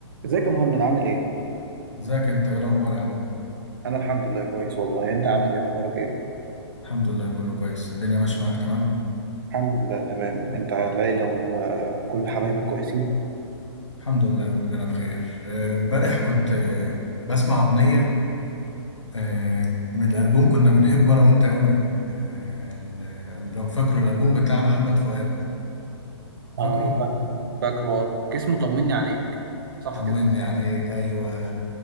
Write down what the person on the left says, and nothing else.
ازيك انت ايه الاخبار يا عم
الحمد لله كله كويس الدنيا ماشيه معاك تمام
الحمد لله كلنا بخير آه، امبارح كنت آه، بسمع اغنيه آه، من الالبوم كنا بنحبه انا وانت قوي آه، ال- لو فاكره الالبوم بتاع محمد فؤاد فاكره
طمني عليك ايوه